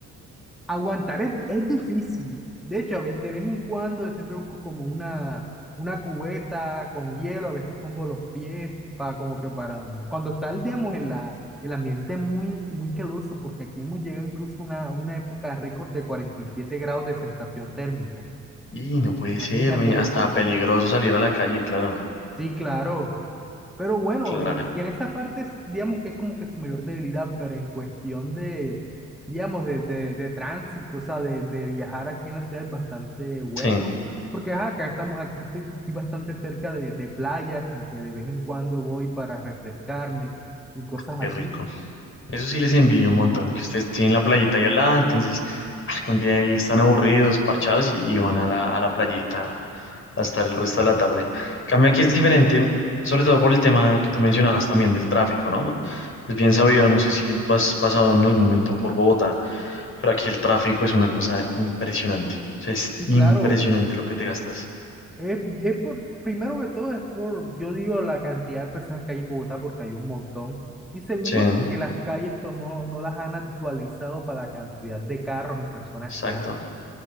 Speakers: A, in the centre; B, on the left.
A: Aguantar es, es difícil. De hecho, a ve- de vez en cuando yo siempre busco como una, una cubeta con hielo, a veces pongo los pies para como que para... Cuando está, digamos, en la, el ambiente muy, muy caluroso, porque aquí hemos llegado incluso a una, una época récord de 47 grados de sensación térmica.
B: Y no puede
A: Imagínate
B: ser, men, hasta
A: eso.
B: peligroso salir a la calle, claro.
A: Sí, claro. Pero bueno,
B: Claro.
A: y, y en esa parte, es, digamos que es como que su mayor debilidad, pero en cuestión de, digamos, de, de, de tránsito, o sea, de, de viajar aquí en la ciudad es bastante bueno,
B: Sí,
A: porque ajá, acá estamos, aquí estoy, estoy bastante cerca de, de playa, como que de vez en cuando voy para refrescarme y cosas
B: qué
A: así.
B: rico. Eso sí les envidio un montón, que ustedes tienen la playita ahí al lado, entonces <laughs> un día ahí están aburridos, parchados y, y van a la, a la playita a estar el resto de la tarde. Cambia que es diferente, sobre todo por el tema que tú mencionabas también del tráfico, ¿no? Es bien sabido, no sé si tú has pasado en algún momento por Bogotá, pero aquí el tráfico es una cosa impresionante. O sea, es
A: Y
B: impresionante
A: claro,
B: lo que te gastas.
A: Es, es por, primero que todo es por, yo digo, la cantidad de personas que hay en Bogotá porque hay un montón. Y segundo,
B: Sí, ¿no?
A: porque las calles to- no, no las han actualizado para la cantidad de carros y personas
B: exacto.
A: que hay.